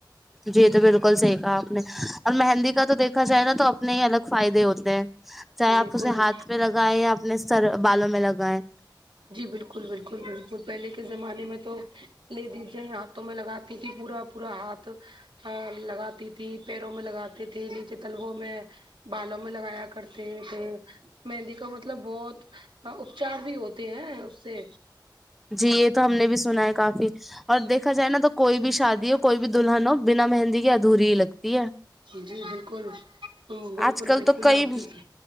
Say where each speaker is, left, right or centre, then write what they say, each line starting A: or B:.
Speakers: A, in the centre; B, on the right (about 85°).
A: جی یہ تو بالکل صحیح کہا آپ نے اور مہندی کا تو دیکھا جائے نا تو اپنے ہی الگ فائدے ہوتے ہیں چاہے
B: بالکل
A: آپ اسے ہاتھ پے لگائیں یا اپنے سر بالوں میں لگائیں
B: جی بالکل بالکل بالکل پہلے کے زمانے میں تو لے دیجئیں ہاتھوں میں لگاتی تھی پورا پورا ہاتھ ا لگا تھی پیروں میں لگاتے تھے نیچے تلوں میں بالوں میں لگایا کرتے ہوتے مہندی کا مطلب بہت اپچار بھی ہوتے ہیں اس سے
A: جی یہ تو ہم نے بھی سنا ہے کافی اور دیکھا جائے نا تو کوئی بھی شادی ہو کوئی بھی دلہن ہو بنا مہندی کے ادھوری ہی لگتی ہے
B: جی بالکل بالکل
A: آج کل
B: بالکل
A: تو کئی
B: آپ نے